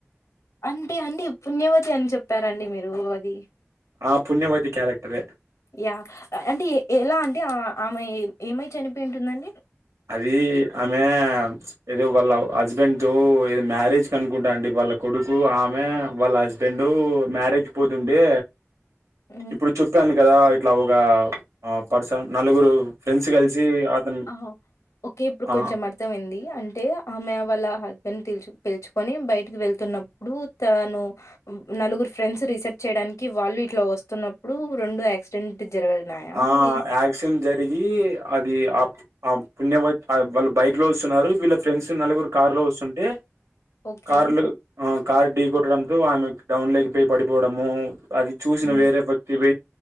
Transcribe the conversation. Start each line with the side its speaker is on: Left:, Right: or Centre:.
Left: అంటే అండి పుణ్యవతి అని చెప్ప చెప్పారండి మీరు అది
Right: ఆ పుణ్యవతి క్యారెక్టరే
Left: యా అంటే ఎలా అంటే ఆమె ఏమై చనిపోయి ఉంటుందండి
Right: అది ఆమె ఏదో వాళ్ళ హస్బెండ్ తో ఏదో మ్యారేజ్ క అనుకుంటా అండి వాళ్ళ కొడుకు ఆమె వాళ్ళ హస్బెండ్ మ్యారేజ్ పోతుంటే
Left: హ్మ్.
Right: ఇప్పుడు చెప్పాను కదా ఇట్లా ఒక పర్సన్ నలుగురు ఫ్రెండ్స్ గలిసి అతను
Left: ఆహ ఓకే ఇప్పుడు
Right: ఆ
Left: కొంచెం అర్థమైంది అంటే ఆమె వాళ్ళ హస్బెండ్లుచ పిలుచుకొని బయటికి వెళ్తున్నప్పుడు తను నలుగురు ఫ్రెండ్స్ రీసెర్చ్ చేయడానికి వాళ్ళు ఇట్లా వస్తున్నప్పుడు రెండు యాక్సిడెంట్ జరిగినాయా
Right: ఆ
Left: అండి?
Right: యాక్సిడెంట్ జరిగి అది ఆ ఆ పుణ్య వాళ్ళు బైక్ లో వస్తున్నారు వీళ్ళ ఫ్రెండ్స్ నలుగురు కార్ లో వస్తుంటే
Left: ఓకే.
Right: కార్లు ఆ కార్ ఢీ కొట్టడంతో ఆమె డౌన్ లేకపోయి పడిపోవడము అది చూసిన
Left: హ్మ్.
Right: వేరే భక్తి ప